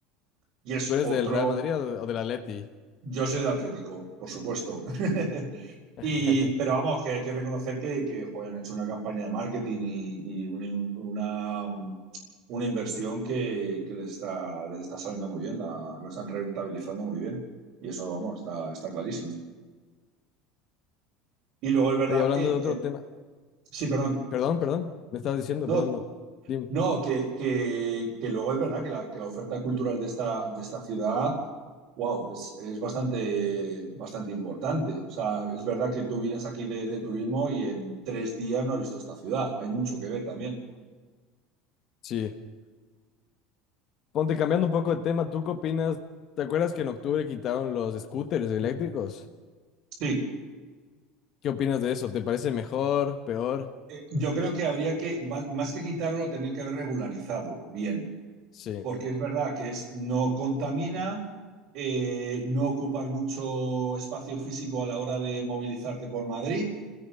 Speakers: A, on the right; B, on the left.
A: Y es
B: ¿Tú eres
A: otro,
B: del Real Madrid o, de- o del Atleti?
A: yo soy del Atlético, por supuesto. <laughs>
B: <laughs>
A: Y, pero vamos, que hay que reconocer que, que joder, han hecho una campaña de marketing y, y un- una, mm, una inversión que, que les está, les está saliendo muy bien, la, lo están rentabilizando muy bien. Y eso, vamos, está, está clarísimo. Y luego es verdad
B: Oye, hablando
A: que,
B: de
A: que-
B: otro tema.
A: Sí, perdón.
B: Perdón, perdón. Me estabas diciendo,
A: No,
B: perdón, no. Dim,
A: No, que, que, que luego es verdad que la, que la oferta cultural de esta, de esta ciudad, wow, es, es bastante, bastante importante. O sea, es verdad que tú vienes aquí de, de turismo y en tres días no has visto esta ciudad. Hay mucho que ver también.
B: sí. Ponte cambiando un poco de tema. ¿Tú qué opinas? ¿Te acuerdas que en octubre quitaron los scooters eléctricos?
A: Sí,
B: ¿Qué opinas de eso? ¿Te parece mejor, peor?
A: yo creo que habría que, va- más que quitarlo, lo tenían que haber regularizado bien,
B: Sí.
A: porque es verdad que es, no contamina, eh, no ocupas mucho espacio físico a la hora de movilizarte por Madrid